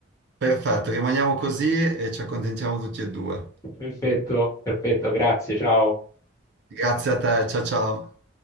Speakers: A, on the right; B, on the left.
A: Perfetto, rimaniamo così e ci accontentiamo tutti e due.
B: Perfetto, perfetto, grazie, ciao.
A: Grazie a te, ciao ciao.